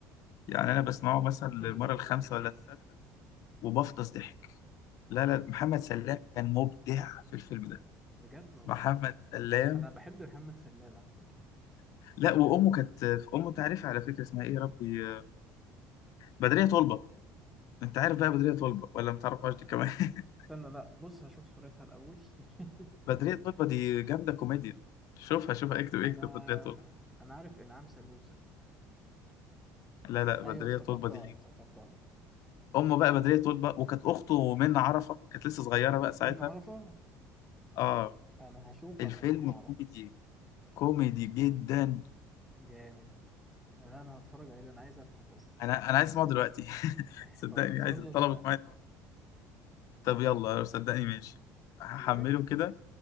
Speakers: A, on the left (about 55°); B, in the centre.
A: يعني انا بسمعه مثلا
B: شكله
A: للمرة
B: لذيذ
A: الخامسة
B: قوي
A: ولا السادسة وبفطس ضحك لا
B: بجد
A: لا محمد سلام كان مبدع في الفيلم ده
B: بجد والله
A: محمد سلام
B: انا بحب محمد سلام على فكره
A: لا وامه كانت امه تعرف على فكرة اسمها ايه يا ربي بدرية طلبة انت عارف بقى بدرية طلبة ولا ما تعرفهاش دي كمان <laughs>
B: استنى لا بص هشوف صورتها الاول <laughs> استنى
A: بدرية طلبة دي جامدة كوميديا شوفها شوفها اكتب
B: انا
A: اكتب بدرية طلبة
B: انا عارف انعام سلوسة
A: لا لا
B: ايوه
A: بدرية
B: افتكرتها
A: طلبة دي
B: افتكرتها افتكرتها
A: أمه بقى بدرية طلبة وكانت أخته منة عرفة كانت لسه صغيرة بقى ساعتها
B: من عرفه
A: اه
B: انا هشوفه
A: الفيلم
B: عشان من عرفه
A: كوميدي كوميدي جدا
B: جامد انا انا هتفرج عليه ده انا عايز اضحك اصلا
A: أنا أنا عايز أسمعه دلوقتي <laughs>
B: <laughs>
A: صدقني
B: طب ما
A: عايز
B: يلا بينا
A: طلبت معايا طب يلا صدقني ماشي هحمله
B: اجيلك
A: كده